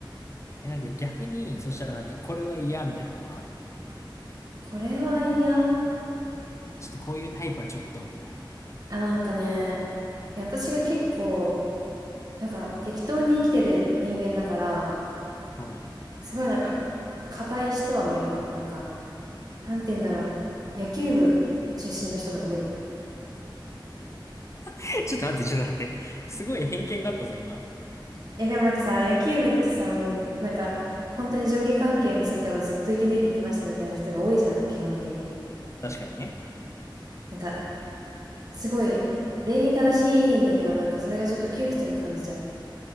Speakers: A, on the left (about 35°); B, on the right (about 50°).
A: え、なんか逆に、そしたらなんかこれは嫌みたいなのはあんの
B: これは嫌。
A: ちょっとこういうタイプはちょっとみたいな。
B: あ、なんかね、いや、私が結構、なんか適当に生きてる人間だから、
A: うん。
B: すごいなんか、硬い人は無理かも。なんか、なんて言うんだろう。野球部出身の人とか無理。
A: <laughs> ちょっと待って、ちょっと待って。すごい偏見があったぞ、今。
B: え、でもなんかさ、野球部ってさ、もう、なんか、本当に上下関係の世界をずっと生き抜いてきましたみたいな人が多いじゃん、基本的に。
A: 確かにね。
B: なんか、すごい、礼儀正しいんだけど、なんかそれがちょっと窮屈に感じちゃう。